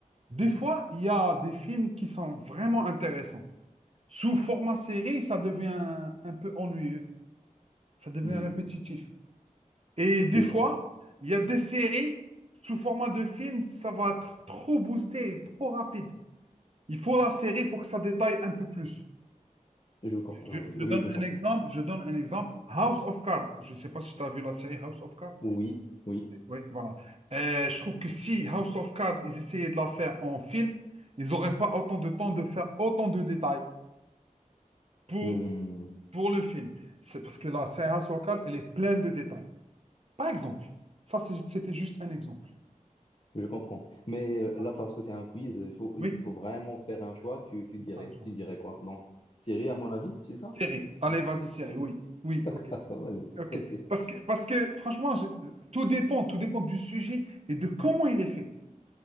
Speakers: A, on the right; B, on the left.
A: Des fois, il y a des films qui sont vraiment intéressants. Sous format série, ça devient un peu ennuyeux. Ça devient
B: Hmm,
A: répétitif. Et des
B: je
A: fois,
B: comprends.
A: il y a des séries, sous format de film, ça va être trop boosté et trop rapide. Il faut la série pour que ça détaille un peu plus.
B: Je com- ah
A: Je,
B: oui,
A: je
B: oui,
A: donne
B: je comprends.
A: un exemple, je donne un exemple. House of Cards. Je ne sais pas si tu as vu la série House of Cards.
B: Oui, oui,
A: Oui, voilà. Euh, je trouve que si House of Cards, ils essayaient de la faire en film, ils n'auraient pas autant de temps de faire autant de détails pour,
B: Hmm,
A: pour le film. C'est parce que la série House of Cards, elle est pleine de détails. Par exemple, ça, c'est- c'était juste un exemple.
B: je comprends. Mais euh,
A: Voilà.
B: là, parce que c'est un quiz, il faut,
A: Oui,
B: il faut vraiment faire un choix. Tu, tu
A: c'est
B: dirais,
A: ça, ça.
B: tu dirais quoi? Donc, Siri, à mon avis, c'est ça?
A: Série. Allez,
B: Tu...
A: vas-y, série.
B: Oui.
A: Oui, oui, ok.
B: <laughs> vas-y.
A: Ok.
B: <laughs>
A: Parce que, parce que franchement, je- tout dépend, tout dépend du sujet et de comment il est fait.